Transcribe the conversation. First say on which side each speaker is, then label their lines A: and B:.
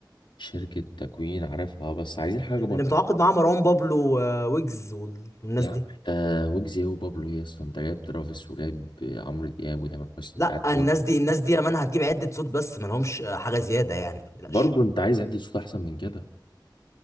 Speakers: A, on the left; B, on the left.
A: شركة تكوين عارفها آه، بس عايزين حاجة
B: اللي
A: بره
B: متعاقد معاها مروان بابلو وويجز والناس
A: يا عم
B: دي
A: انت ويجز إيه وبابلو ايه اصلا انت جايب ترافيس وجايب عمرو دياب وتامر حسني
B: لا
A: انت عارف
B: الناس دي الناس دي يا مان هتجيب عدة صوت بس ما لهمش آه، حاجة زيادة يعني ما تقلقش
A: برضه انت عايز عدة صوت احسن من كده